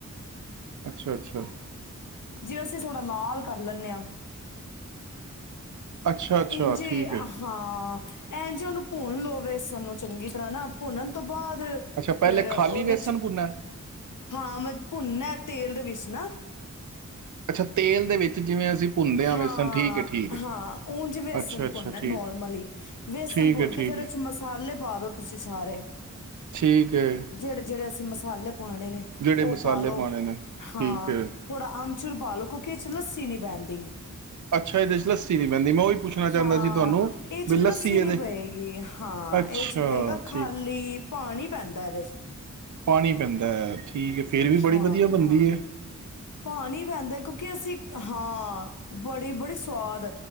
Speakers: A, on the right; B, on the left.
A: ਅੱਛਾ ਅੱਛਾ
B: ਜਿਵੇਂ ਅਸੀਂ ਥੋੜਾ ਲਾਲ ਕਰ ਲੈਨੇ ਆ
A: ਅੱਛਾ-ਅੱਛਾ
B: ਇੰਝੇ
A: ਠੀਕ ਏ।
B: ਹਾਂ ਇੰਜ ਉਹਨੂੰ ਪੁੰਨ ਲਓ ਬੇਸਨ ਨੂੰ ਚੰਗੀ ਤਰ੍ਹਾਂ ਪੁਨਨ ਤੋਂ ਬਾਅਦ
A: ਅੱਛਾ ਪਹਿਲੇ
B: ਫੇਰ
A: ਖਾਲੀ
B: ਉਹਦੇ
A: ਵੇਸਣ
B: ਚ,
A: ਭੁੰਨਨਾ?
B: ਹਾਂ ਮੈਂ ਭੁੰਨਆ ਤੇਲ ਦੇ ਵਿੱਚ ਨਾ
A: ਅੱਛਾ ਤੇਲ ਦੇ ਵਿੱਚ ਜਿਵੇਂ ਅਸੀਂ ਭੁੰਨਦੇ ਆ
B: ਹਾਂ,
A: ਵੇਸਣ ਠੀਕ ਏ-ਠੀਕ ਏ,
B: ਹਾਂ ਉਝ ਵੇਸਣ
A: ਅੱਛਾ-ਅੱਛਾ
B: ਭੁੰਨਨਾ
A: ਠੀਕ
B: ਨੋਰਮਲੀ
A: ਏ।
B: ਵੇਸਣ
A: ਠੀਕ
B: ਭੁੰਨ
A: ਏ-ਠੀਕ
B: ਕੇ ਫੇਰ
A: ਏ,
B: ਉਹ ਚ ਮਸਾਲੇ ਪਾਦੋ ਤੁਸੀਂ ਸਾਰੇ,
A: ਠੀਕ ਏ
B: ਜਿਹੜੇ-ਜਿਹੜੇ ਮਸਾਲੇ ਪਾਣੇ ਨੇ
A: ਜਿਹੜੇ
B: ਉਹ
A: ਮਸਾਲੇ
B: ਪਾਾਲੋ
A: ਪਾਣੇ ਨੇ।
B: ਹਾਂ
A: ਠੀਕ ਏ,
B: ਥੋੜਾ ਅੰਬ <unintelligible> ਕਿਉਂਕਿ ਇਸ ਚ ਲੱਸੀ ਨੀ ਪੈਂ <unintelligible>
A: ਅੱਛਾ ਇਹਦੇ ਚ ਲੱਸੀ ਨੀ ਪੈਂਦੀ, ਮੈਂ ਉਹੀ ਪੁੱਛਣਾ ਚਾਹੁੰਦਾ
B: ਹਾਂ
A: ਸੀ ਤੁਹਾਨੂੰ
B: ਇਹ ਚ
A: ਵੀ ਲੱਸੀ ਇਹਦੇ।
B: ਨੀ ਪਏਗੀ ਹਾਂ
A: ਅੱਛਾ,
B: ਇਹ ਚ ਪਏਗਾ ਖਾਲੀ
A: ਠੀਕ ਹੈ।
B: ਪਾਣੀ ਪੈਂਦਾ ਇਹਦੇ ਚ
A: ਪਾਣੀ ਪੈਂਦਾ ਐ, ਠੀਕ ਏ, ਫੇਰ ਵੀ ਬੜੀ
B: ਹਾਂ
A: ਵਧੀਆ ਬਨਦੀ ਹੈ।
B: ਪਾਣੀ ਪੈਂਦਾ ਕਿਉਂਕਿ ਅਸੀਂ, ਹਾਂ ਬੜੀ-ਬੜੀ ਸਵਾਦ